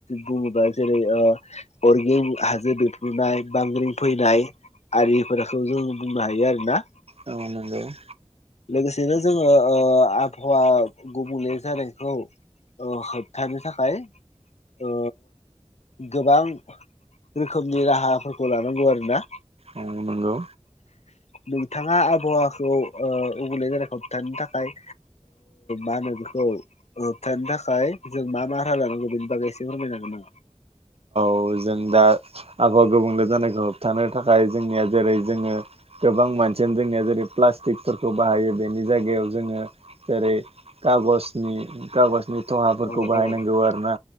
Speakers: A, on the left; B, on the right.
A: बुङोबा जेरै अरगिं हाजो बेफ्रुनाय बांग्रिं फैनाय। आरिफोरखौ जों बुंनो हायो आरोना
B: आ <unintelligible>
A: लोगोसेनो जोङो आबहावा गुबुंले जानायखौ। अ होबथानि थाखाय ओ गोबां रोखोमनि राहाफोरखौ लानांगौ आरोना
B: औ नंगौ।
A: नोंथाङा आबहावाखौ उबैे जानायखौ होबथानो थाखाय मा होनो बेखौ होबथानो थाखाय जों मा मा रारा लानांगौ बे बबा एसे फोररमाय जागोना?
B: औ जों दा आबहावा गुबुंले जानायखौ होबथानो थाखाय जोंनिया जेरै जोङो। गोबां मानसियानो जोंनिया जेरै प्लास्टिकफोरखौ बाहायो बेनि जायगायाव जोङो जेरै कागज। नि खागजनि थहाफोरखौ
A: औ
B: बाहायनांगौ
A: औ
B: आरोना